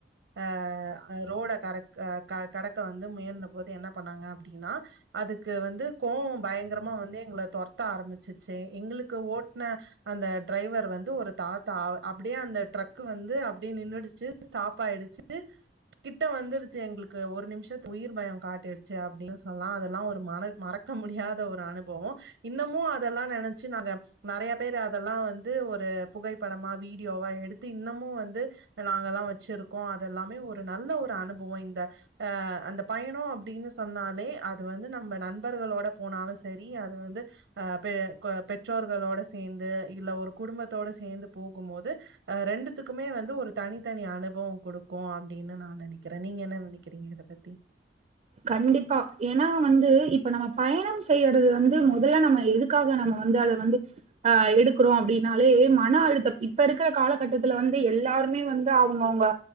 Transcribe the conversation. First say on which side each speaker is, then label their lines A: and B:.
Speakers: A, on the right; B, on the right.
A: அ ரோடை க கடக்க வந்து முயின போது என்ன பண்ணாங்க அப்படின்னா அதுக்கு வந்து கோவம் பயங்கரமா வந்து எங்களை தொரத்த ஆரம்பிச்சுச்சு எங்களுக்கு ஓட்டன அந்த டிரைவர் வந்து ஒரு தாத்தா அப்படியே அந்த டரக்கு வந்து அப்படிய நின்னுடுச்சு ஸ்டாப் ஆயிருச்சி கிட்ட வந்துருச்சு எங்களுக்கு ஒரு நிமிஷத்து உயிர் பயம் காட்டடுச்சு அப்படின்னு சொல்லா அதெல்லாம் ஒரு மன மறக்க முடியாத ஒரு அனுபவம் இன்னமும் அதெல்லாம் நினைச்சு நாங்க நிறைய பேர் அதெல்லாம் வந்து ஒரு புகைப்படமா வீடியோவா எடுத்து இன்னமும் வந்து நா வச்சிருக்கோ அதெல்லாமே ஒரு நல்ல ஒரு அனுபவம் இந்த அ அந்த பயணம் அப்படின்னு சொன்னாலே அது வந்து நம்ம நண்பர்களோட போனாலும் சரி அது வந்து அ பொ பெற்றோர்களோட சேர்ந்து இல்ல ஒரு குடும்பத்தோட சேர்ந்து போகும் போது ரெண்டுத்துக்குமே வந்து ஒரு தனி த்தனி அனுபவம் கொடுக்கு அப்படின்னு நான் நினைக்கிறேன் நீங்க என்ன நினைக்கிறீங்க இதை பத்தி
B: கண்டிப்பா ஏன்னா வந்து இப்ப நம்ம பயணம் செய்யறது வந்து முதல்ல நம்ம எதுக்காக நம்ம வந்து அதை வந்து ஆஹ் எடுக்கறோம் அப்படின்னாலே மன அழுத்தம் இப்ப இருக்கிற காலகட்டத்துல வந்து எல்லாருமே வந்து அவங்கவுங்க